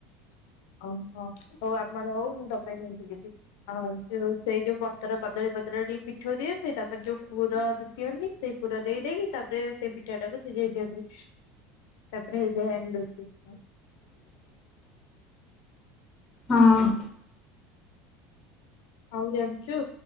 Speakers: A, on the left (about 80°); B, on the left (about 25°).
A: ଓହୋ। ହଉ ଆମର ହଉ ମୁଁ ତ ପାଇଁ ନେଇକି ଯିବି। ଆ ଯୋଉ ସେଇ ଯୋଉ ପତ୍ର କଦଳୀ ପତ୍ରରେ ଟିକେ ପିଠଉ ଦିଅନ୍ତି। ତାପରେ ଯୋଉ ପୁରରୁ ଦିଅନ୍ତି ସେ ପୁର ଦେଇ ଦେଇକି ତାପରେ ସେ ପିଠାଟାକୁ ଦେ ଦେଇଦିଅନ୍ତି। ତାପରେ ହେଇଯାଏ ଏଣ୍ଡୁରି ପିଠା।
B: <inaudible> ହଁ ଅ।
A: ଆଉ ଜାଣିଚୁ